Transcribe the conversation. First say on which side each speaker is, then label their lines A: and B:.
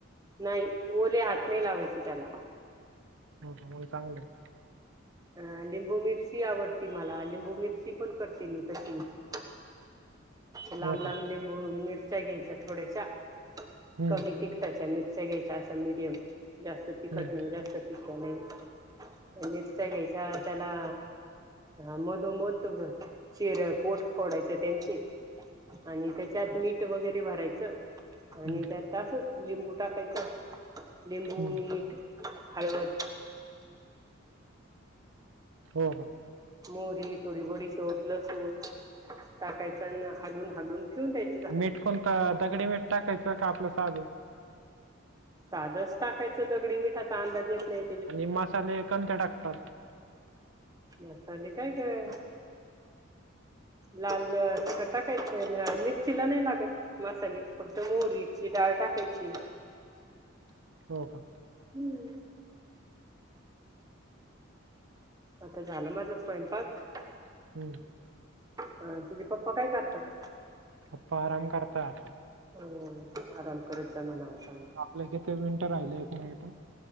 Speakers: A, on the right (about 20°); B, on the right (about 75°).
A: नाही ओले हात नाही लावायचे त्याला.
B: हो मग चांगलं हाय.
A: अ लिंबू मिरची आवडती मला लिंबू मिरची पण करते मी तशीच. लांब
B: हो
A: लांब
B: का
A: लिंबू मिरच्या घ्यायच्या थोड्याश्या
B: हम्म
A: कमी तिक टाच्या मिरच्या घ्यायच्या असा मिडियम जास्त तिखट
B: हम्म
A: नाही जास्त हे केलं. मिरच्या घ्यायच्या त्याला, हा मधोमध बघ चिऱ्या पोट फोडायचं त्यांची, आणि त्याच्यात मीठ वगैरे भरायचं. आणि
B: हम्म
A: त्यात असच लिंबू टाकायचं. लिंबू,
B: हम्म
A: मीठ, हळद,
B: हो हो.
A: मोहरी, थोडी बडीशोप, लसूण टाकायच. अन हालून हालून ठेवून द्यायची.
B: मीठ कोणत दगडी मीठ टाकायचंय का? आपलं साध.
A: साधच टाकायचं. दगडी मिठाचा अंदाज येत नाही.
B: आणि मसाले कोणते टाकतात?
A: मसाले काय काय लाल तिखट टाकायच. लाल मिरचीला नाही लागत. मसाले. फक्त मोहरीची डाळ टाकायची.
B: हो का.
A: हम्म. आता झालं माझा स्वयंपाक.
B: हम्म
A: अ तुझे पप्पा काय करतात?
B: पप्पा आराम करतात.
A: हो. आराम. करत जा म्हणाव सांग.
B: आपलं किती मिनिटं राहिलंय एक मिनिट अ,